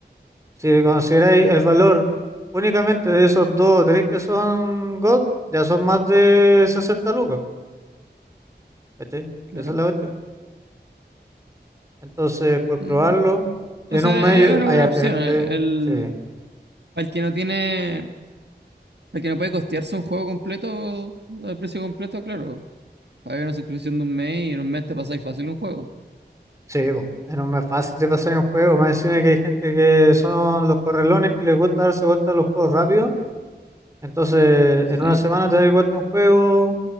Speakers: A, on the right; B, on the right.
A: si consideráis el valor únicamente de esos dos o tres que son God, ya son más de 60 lucas, ¿cachai?
B: claro.
A: Esa es la cuestión. Entonces, por probarlo,
B: Mm,
A: y
B: O
A: en
B: sea,
A: un medio
B: es una
A: hay
B: buena
A: harta
B: opción.
A: gente,
B: eh, El,
A: sí.
B: para el que no tiene, para el que no puede costearse un juego completo al precio completo, claro. Paga una suscripción de un mes y en un mes te pasáis fácil un juego.
A: Sí, po, era más fácil de pasar en un juego, más encima que hay gente que son los correlones que les gusta darse vuelta a los juegos rápido, entonces
B: Sí,
A: en una semana te das vuelta a un juego,